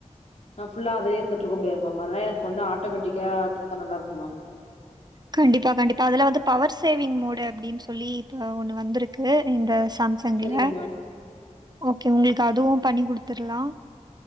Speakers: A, on the left; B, on the right.
A: நா ஃபுல்லா அதுலே இருந்துட்ருக்க முடியாது மேம் அதனால எனக் வந்து ஆட்டோமேட்டிக்கா குட்த்தா நல்லாருக்கு மேம்
B: கண்டிப்பா கண்டிப்பா அதுல வந்து பவர் சேவிங் மோடு அப்டின் சொல்லி இப்ப ஒண்ணு வந்துருக்கு இந்த சாம்ச தங்ல
A: சரிங்க மேம்
B: ஓகே உங்கள்க்கு அதுவு பண்ணி குடுத்துர்லா